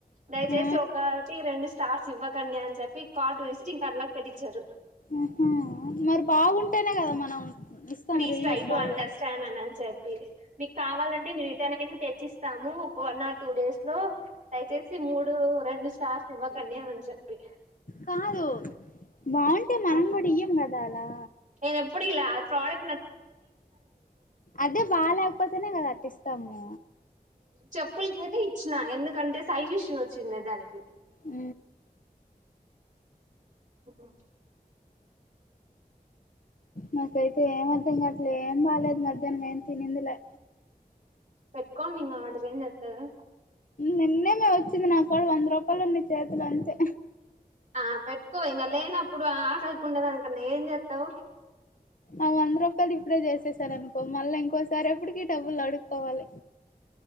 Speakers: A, on the right; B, on the left.
A: దయచేసి
B: ఆ
A: ఒకటి రెండు స్టార్ శివ కన్య అని చెప్పి కార్డు వెస్టింగ్ కార్డు లాగా పెట్టించారు.
B: ఊహు మరి బాగుంటేనే కదా మనం ఇస్తాం
A: ప్లీజ్
B: రివ్యూస్
A: ట్రై టు
B: బాగా
A: అండర్స్టాండ్ అని చెప్పి పీ మీకు కావాలంటే మీరు రిటర్న్ అయి తెచ్చిస్తాము ఒక వన్ ఆర్ టూ డేస్ లో దయచేసి మూడు రెండు స్టార్స్ ఇవ్వకండి అని చెప్పి
B: కాదు బాగుంటే మనం
A: ఆ
B: కూడా ఇయ్యం కదా అలా
A: నేను ఎప్పుడ ఇలా అది ప్రొడెక్ట్
B: అదే బాగా లేకపోతేనే కదా అట్టిస్తాము
A: చెప్పులకైతే ఇచ్చిన ఎందుకంటే సైజ్ ఇష్యూ వచ్చింది దానికి
B: ఊ
A: ఉమ్,
B: నాకైతే ఏం అర్ధం కాట్లే ఏం బాలేదు మధ్యాహ్నం ఏం తినిందిలే.
A: పెట్టుకోండి నా ఆర్డర్ ఏం చెత్తారు.
B: నిన్ననే వచ్చింది నాకడ వంద రూపాయలు ఉంది చేతిలో అంతే.
A: ఆ పెట్టుకో ఇగా లేనప్పుడు ఆకలికి ఉండేదానికన్నా ఎంచెత్తావ్.
B: అ వంద రూపాయలి. ఇప్పుడే చేసేసారు అనుకో మళ్ళ ఇంకోసారి ఎప్పటికి. డబ్బులు అడుక్కోవాలి.